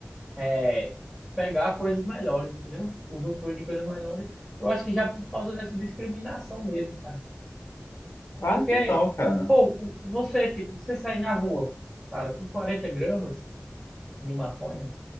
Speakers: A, in the centre; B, on the left (about 60°).
A: é, pegar coisas melhores, entendeu? Usufruir de coisas melhores. Eu acho que já por causa dessa discriminação mesmo, cara.
B: Ah,
A: Porque,
B: total, cara.
A: pô, cu- você, tipo, você sair na rua, cara, com 40 gramas de maconha,